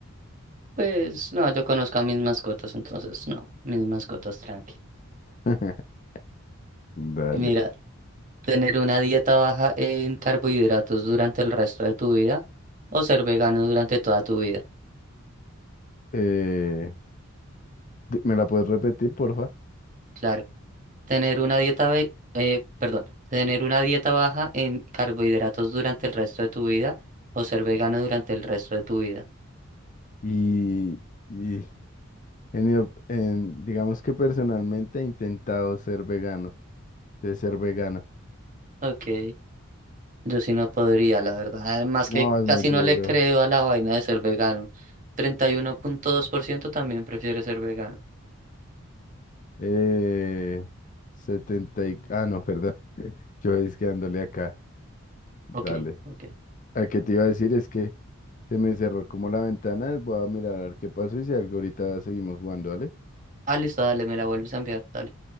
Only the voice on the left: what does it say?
<laughs> Dale.
Eh, di- ¿me la puedes repetir, porfa?
Y, y en mi op- en- digamos que personalmente he intentado ser vegano, de ser vegano.
No,
es
muy duro.
Eh, setenta y... Ah, no, perdón. <laughs> Yo es que dándole acá. Dale.
A que te iba a decir es que se me cerró como la ventana. Voy a mirar a ver qué pasó y si algo ahorita seguimos jugando, ¿vale?